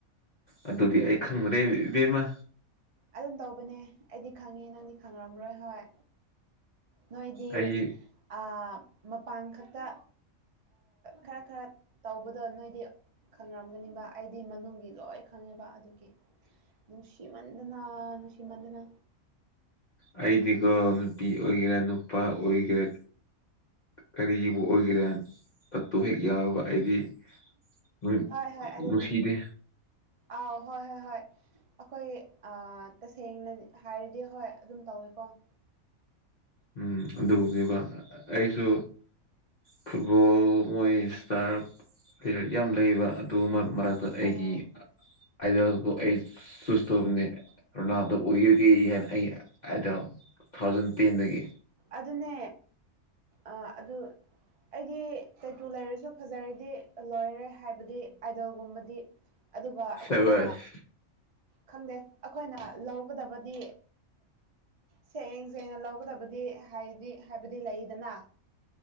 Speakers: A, on the left (about 45°); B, on the right (about 50°).
A: ꯑꯗꯨꯗꯤ ꯑꯩ ꯈꯪꯗ꯭ꯔꯦ ꯏꯕꯦꯝꯃ
B: ꯑꯗꯨꯝ ꯇꯧꯕꯅꯦ ꯑꯩꯗꯤ ꯈꯪꯉꯦ ꯅꯪꯗꯤ ꯈꯪꯉꯝꯔꯣꯏ ꯍꯣꯏ ꯅꯣꯏꯗꯤ
A: ꯑꯩ
B: ꯑꯥ ꯃꯄꯥꯟ ꯈꯛꯇ ꯈꯔ ꯈꯔ ꯇꯧꯕꯗꯣ ꯅꯣꯏꯗꯤ ꯈꯪꯔꯝꯒꯅꯤꯕ ꯑꯩꯗꯤ ꯃꯅꯨꯡꯒꯤ ꯂꯣꯏ ꯈꯪꯉꯦꯕ ꯑꯗꯨ ꯅꯨꯡꯁꯤꯃꯟꯗꯅꯥ ꯅꯨꯡꯁꯤꯃꯟꯗꯅꯥ
A: ꯑꯩꯗꯤꯀꯣ ꯅꯨꯄꯤ ꯑꯣꯏꯒꯦꯔꯥ ꯅꯨꯄꯥ ꯑꯣꯏꯒꯦꯔꯥ ꯀꯔꯤꯒꯤꯕꯨ ꯑꯣꯏꯒꯦꯔꯥ ꯇꯠꯇꯨ ꯍꯦꯛ ꯌꯥꯎꯕ ꯑꯩꯗꯤ ꯅꯨꯡ
B: ꯍꯣꯏ ꯍꯣꯏ ꯑꯗꯨꯅꯦ
A: ꯅꯨꯡꯁꯤꯗꯦ
B: ꯑꯥꯎ ꯍꯣꯏ ꯍꯣꯏ ꯍꯣꯏ ꯑꯩꯈꯣꯏ ꯑꯥ ꯇꯁꯦꯡꯅ ꯍꯥꯏꯔꯗꯤ ꯍꯣꯏ ꯑꯗꯨꯝ ꯇꯧꯋꯦꯀꯣ <inaudible>
A: ꯎꯝ ꯑꯗꯨꯕꯨꯅꯦꯕ ꯑꯩꯁꯨ ꯐꯨꯠꯕꯣꯜ ꯃꯣꯏ ꯏꯁꯇꯥꯔ ꯄ꯭ꯂꯦꯌꯔ ꯌꯥꯝ ꯂꯩꯕ ꯑꯗꯨ ꯃꯣꯏ ꯃꯔꯛꯇ
B: ꯑꯣ
A: ꯑꯩꯒꯤ ꯑꯗꯨꯒ ꯑꯩ ꯆꯨꯁ‌ ꯇꯧꯕ꯭ꯅꯦ ꯔꫭꯅꯥꯜꯗꫭ ꯑꯣꯏꯔꯒꯦ ꯍꯥꯏꯅ ꯑꯩ ꯑꯗꯨ ꯇꯨ ꯊꯥꯎꯖꯟ ꯇꯦꯟꯗꯒꯤ
B: ꯑꯗꯨꯅꯦ ꯑꯥ ꯑꯗꯨ ꯑꯩꯗꯤ ꯇꯩꯇꯨ ꯂꯩꯔꯁꯨ ꯐꯖꯔꯗꯤ ꯂꯣꯏꯔꯦ ꯍꯥꯏꯕꯗꯤ ꯑꯥꯏꯗꫭꯜ ꯒꯨꯝꯕꯗꯤ ꯑꯗꯨꯒ ꯑꯩꯈꯣꯏꯅ
A: ꯁꯕꯥꯁ
B: ꯈꯪꯗꯦ ꯑꯩꯈꯣꯏꯅ ꯂꯧꯒꯗꯕꯗꯤ ꯁꯦꯡ ꯁꯦꯡꯅ ꯂꯧꯒꯗꯕꯗꯤ ꯍꯥꯏꯗꯤ ꯍꯥꯏꯕꯗꯤ ꯂꯩꯗꯅ